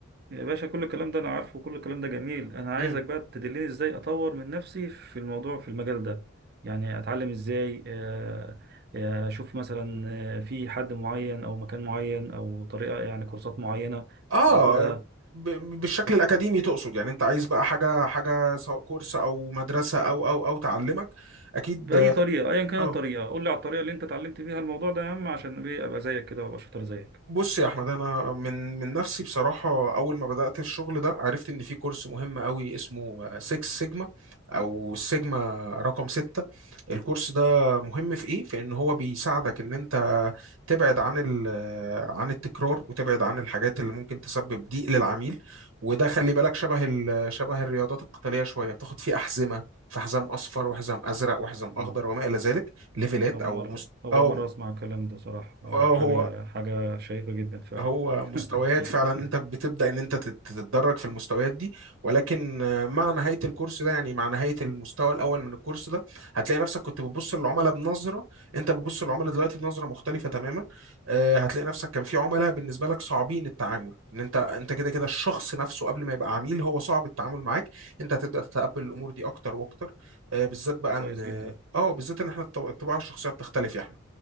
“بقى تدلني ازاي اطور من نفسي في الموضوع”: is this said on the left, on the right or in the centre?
Right